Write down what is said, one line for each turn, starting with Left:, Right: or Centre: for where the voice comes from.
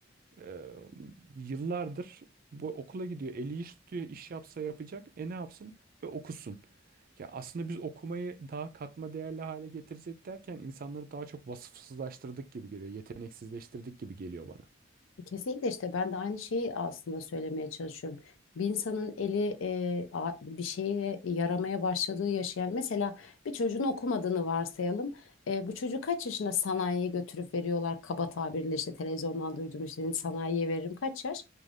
Right: ee, yıllardır bu okula gidiyor. Eli iş tutuyor, iş yapsa yapacak. E ne yapsın? E okusun. Ya aslında biz okumayı daha katma değerli hale getirecek derken insanları daha çok vasıfsızlaştırdık gibi geliyor. Yeteneksizleştirdik gibi geliyor bana.
Left: Kesinlikle işte ben de aynı şeyi aslında söylemeye çalışıyorum. Bir insanın eli e, a- bir şeye yaramaya başladığı yaşayan mesela bir çocuğun okumadığını varsayalım. E, bu çocuğu kaç yaşında sanayiye götürüp veriyorlar kaba tabirle işte televizyondan duyduğum işte sanayiye veririm kaç yaş?